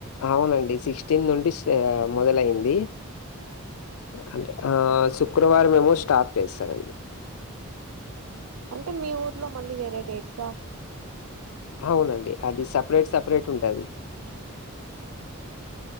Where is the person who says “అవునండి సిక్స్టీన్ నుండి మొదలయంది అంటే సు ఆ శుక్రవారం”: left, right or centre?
Left